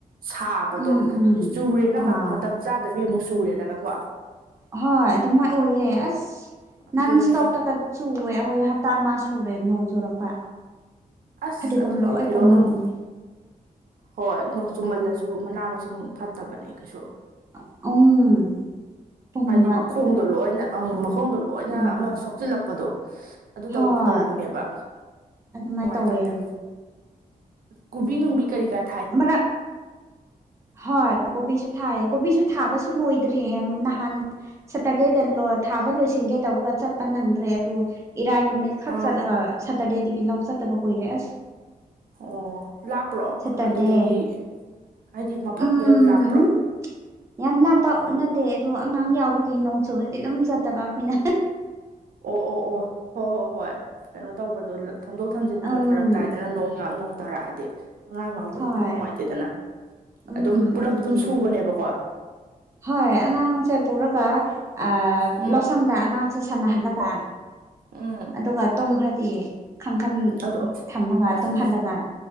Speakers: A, on the right; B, on the right.
A: ꯁꯥꯕꯗꯣ
B: ꯎꯝ ꯎꯝ
A: ꯑꯗꯨ ꯆꯨꯔꯦꯅ
B: ꯑꯥ
A: ꯃ ꯃꯇꯝ ꯆꯥꯗꯕꯤ ꯑꯃꯨꯛ ꯆꯨꯔꯦꯗꯅꯀꯣ
B: ꯍꯣꯏ ꯑꯗꯨꯃꯥꯏ ꯑꯣꯏꯌꯦ ꯑꯁ
A: ꯑꯗꯨꯅꯦ
B: ꯅꯟ ꯏꯁꯇꯣꯞꯇꯒꯥ ꯆꯨꯨꯋꯦ ꯑꯩꯈꯣꯏ ꯍꯞꯇꯥ ꯑꯃ ꯁꯨꯔꯦ ꯅꯣꯡ ꯆꯨꯔꯛꯄ
A: ꯑꯁ
B: ꯐꯗꯤꯒꯣꯝ
A: ꯑꯗꯨꯗꯤ
B: ꯂꯣꯏ
A: ꯐꯤꯔꯣꯜ
B: ꯄꯨꯝꯃꯝꯃꯅꯤ
A: ꯅꯨꯡ ꯍꯣꯏ ꯅꯣꯡ ꯆꯨꯝꯃꯜꯂꯁꯨ ꯃꯅꯥ ꯃꯁꯤꯡ ꯐꯠꯇꯕꯅꯦ ꯀꯩꯁꯨ
B: <unintelligible> ꯄꯨꯝꯕ
A: ꯍꯥꯏꯗꯤ ꯃꯈꯣꯡꯗꯣ
B: ꯂꯣꯏ
A: ꯂꯣꯏꯅ ꯑꯥ ꯃꯈꯣꯡꯗꯣ ꯂꯣꯏꯅ
B: ꯎꯝ
A: ꯑꯃ ꯁꯣꯛꯆꯤꯟꯂꯛꯄꯗꯣ ꯑꯗꯨ
B: ꯍꯣꯏ
A: ꯇꯧ ꯇꯧꯕꯅꯦꯕ
B: ꯑꯗꯨꯃꯥꯏꯅ
A: ꯅꯨꯡꯉꯥꯏꯇꯝꯅꯦ
B: ꯇꯧꯋꯦ
A: ꯀꯨꯕꯤ ꯅꯨꯡꯕꯤ ꯀꯔꯤ ꯀꯠ
B: ꯑꯃꯔꯛ ꯍꯣꯏ ꯀꯣꯕꯤꯁꯨ ꯊꯥꯏꯌꯦ ꯀꯣꯕꯤꯁꯨ ꯊꯥꯕꯁꯨ ꯂꯣꯏꯗ꯭ꯔꯤ ꯅꯍꯥꯟ ꯁꯇꯔꯗꯦꯗ ꯂꯣ ꯊꯥꯕ ꯂꯣꯏꯁꯤꯟꯒꯦ ꯇꯧꯔꯒ ꯆꯠꯄ ꯅꯪꯗ꯭ꯔꯦ ꯑꯗꯨ ꯏꯔꯥꯏ ꯅꯨꯃꯤꯠ ꯈꯛ
A: ꯑꯥ
B: ꯆꯠꯂꯒ ꯁꯇꯔꯗꯦꯗꯒꯤ ꯂꯧ ꯆꯠꯇꯕ ꯀꯨꯏꯔꯦ ꯑꯁ
A: ꯑꯣ ꯂꯥꯞꯄ꯭ꯔꯣ
B: ꯁꯇꯔꯗꯦ
A: ꯑꯗꯨꯗꯒꯤ ꯍꯥꯏꯗꯤ ꯃꯐꯝꯗꯣ
B: ꯎꯝ
A: ꯌꯥꯝ ꯂꯥꯞꯄ꯭ꯔꯣ
B: ꯌꯥꯝ ꯂꯥꯞꯄ ꯅꯠꯇꯦ ꯑꯗꯨ ꯑꯉꯥꯡ ꯌꯥꯎꯕꯒꯤ ꯅꯣꯡ ꯆꯨꯔꯗꯤ ꯑꯗꯨꯝ ꯆꯠꯇꯕ ꯑꯩꯈꯣꯏꯅ
A: ꯑꯣ ꯑꯣ ꯑꯣ ꯍꯣ ꯍꯣ ꯍꯣꯏ ꯀꯩꯅꯣ ꯇꯧꯕꯗꯣ ꯊꯝꯗꯣꯛ ꯊꯝꯖꯤꯟ
B: ꯎꯝ
A: ꯐꯔꯛ ꯇꯥꯏꯗꯅ ꯅꯣꯡ ꯅꯣꯡ ꯇꯥꯔꯛꯑꯗꯤ ꯑꯉꯥꯡ ꯌꯥꯎꯕꯅꯤꯅ
B: ꯍꯣꯏ
A: ꯅꯨꯡꯉꯥꯏꯇꯦꯗꯅ
B: ꯎꯝ
A: ꯑꯗꯨꯝ ꯄꯨꯂꯞ
B: ꯑꯗꯨꯒꯤ
A: ꯑꯗꯨꯝ ꯁꯨꯕꯅꯦꯕꯀꯣ
B: ꯍꯣꯏ ꯑꯉꯥꯡꯁꯦ ꯄꯨꯔꯒ ꯑ
A: ꯎꯝ
B: ꯂꯧꯁꯪꯗ ꯑꯉꯥꯡꯁꯦ ꯁꯥꯟꯅꯍꯜꯂꯒ
A: ꯎꯝ
B: ꯑꯗꯨꯒ ꯇꯨꯝꯈ꯭ꯔꯗꯤ ꯀꯥꯡꯈꯟ
A: ꯑꯗꯣ
B: ꯊꯝꯃꯒ
A: ꯎꯝ
B: ꯇꯨꯝꯍꯟꯂꯒ